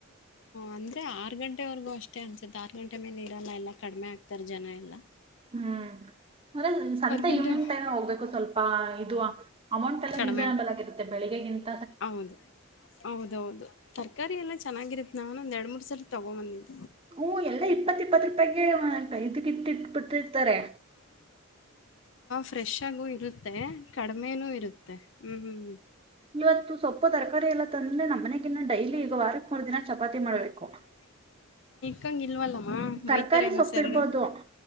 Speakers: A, on the left (about 60°); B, on the right (about 25°).
A: ಅಂದ್ರೆ ಆರು ಗಂಟೆವರೆಗೂ ಅಷ್ಟೇ ಅನ್ಸುತ್ತೆ ಆರ್ ಗಂಟೆ ಮೇಲೆ ನೀರೆಲ್ಲ ಎಲ್ಲ ಕಡಿಮೆ ಆಗ್ತಾರ ಜನ ಎಲ್ಲಾ
B: ಹ್ಮ್ ಅದರ್ ಸಂತೆ
A: ಗಂಟೆ
B: ಇವಿನಿಂಗ್ ಟೈಮ್ ಹೋಗ್ಬೇಕು ಸ್ವಲ್ಪ ಇದು ಅಮೌಂಟ್ ಎಲ್ಲ
A: ಕಡಿಮೆ
B: ರೀಸನೇಬಲ್ ಆಗಿರುತ್ತೆ ಬೆಳಿಗ್ಗಿಂತ
A: ಹೌದು ಹೌದೌದು ತರಕಾರಿ ಎಲ್ಲ ಚನ್ನಾಗಿರತ್ತ ನಾನ ಒಂದ ಎರಡ್ ಮೂರ್ ಸಲ ತಗೊ ಬಂದಿದ್ದಿ
B: ಹ್ಮ ಎಲ್ಲಾ ಇಪ್ಪತ್ ಇಪ್ಪತ್ ರೂಪಾಯಿಗೆ ಇದಕ್ಕಿಟ್ಟಿಟ್ಬಿಟ್ಟಿರ್ತಾರೆ
A: ಫ್ರೆಶಗು ಇರು ಮತ್ತೆ ಕಡಿಮೆನೂ ಇರುತ್ತೆ ಹ್ಮ್ ಹ್ಮ್ ಹ್ಮ್
B: ಇವತ್ತು ಸೊಪ್ಪು ತರಕಾರಿ ಎಲ್ಲ ತಂದ್ರೆ ನಮ್ಮ್ ಮನೆ ಇನ್ನು ಡೈಲಿ ಈಗ ವಾರಕ್ ಮೂರು ದಿನ ಚಪಾತಿ ಮಾಡ್ಬೇಕು
A: ಕಂಗಿಲ್ವಲ್ಲ ಹಾ
B: ತರಕಾರಿ
A: ಬಯ್ತಾರೆ ನು
B: ಸೊಪ್ಪಿಡ್ಬೋದು
A: ಸರರು